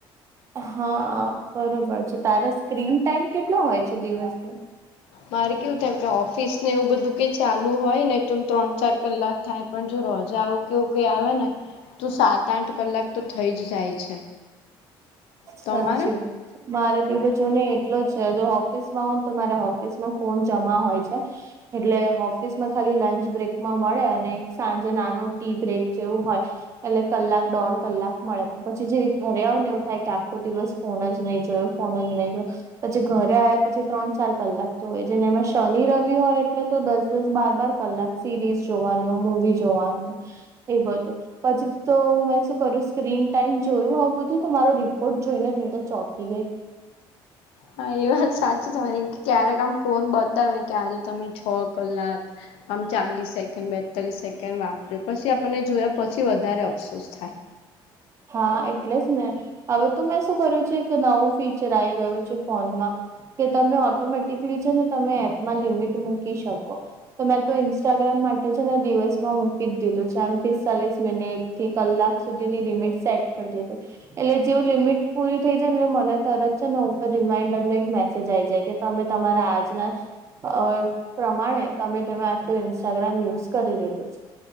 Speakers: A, on the right; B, on the left.
A: હા બરોબર છે. તારા સ્ક્રીન ટાઈમ કેટલો હોય છે. દિવસનો.
B: મારે કેવું થાય કે ઓફિસ ને એવું બધું ક ચાલુ હોય ને ત્રણ ચાર કલાક. થાય પણ જો રોજા આવું કેવું કઈ આવે ને તો સાત આઠ કલાક તો થઈ જ જાય છે. તમારે?
A: સાચી વાત છે. મારે બી બચો ને એટલો છે. જો ઓફિસમાં હો ને તો મારે ઓફિસમાં ફોન જમા હોય છે. એટલે ઓફિસ ખાલી લંચ બ્રેક માં મળે અને સાંજે નાનું ટી બ્રેક જેવું હોય. એટલે કલાક દોઢ કલાક મળે પણ પછી જે ઘરે આઉને. થાય કે આખો દિવસ ફોન જ નહી જોયો ફોન જ નહી જોયો. પછી ઘરે આવ્યા પછી ત્રણ ચાર કલાક હોએ છેને એમાં શનિ રવિ હોય એટલે તો દસ દસ બાર બાર કલાક. સિરીઝ જોવાનું મૂવી જોવાનું. એ બધું પછી તો મેં શું કર્યું સ્ક્રીન ટાઈમ જોયું આવું બધું. તો મારો રિપોર્ટ જોઈને જો તો ચોકી ગઈ.
B: હા એ વાત સાચી તમારી કે ક્યારેક આમ ફોન બતાવે કે આજે તમે છ કલાક. આમ ચાલીસ સેકન્ડ પેતાલીસ સેકન્ડ વાપર્યું પછી આપણને જોયા પછી વધારે અફસોસ થાય.
A: હા એટલે જ ને હવે તો મેં શું કર્યું છે, એક નવું ફીચર આ ગયું છે ફોનમાં. કે તમે ઓટોમેટિકલી છે. ને તમે એપમાં લિમિટ મૂકી શકો. તો મેં તો ઇન્સ્ટાગ્રામ મા ને દિવસમાં મૂકી દીધું છે. આમ પિસ્તાલીસ મિનિટ થી કલાક સુધીની લિમિટ. સેટ કરી દે એટલે જેવું લિમિટ પૂરી થઈ જાયને એટલે મને તરત છે. ને ઉપર રિમાઈન્ડર ને એક મેસેજ આઈ જાય કે તમે તમારા આજના. અ પ્રમાણે તમે તમે આટલું ઇન્સ્ટાગ્રામ યુઝ કરી લીધું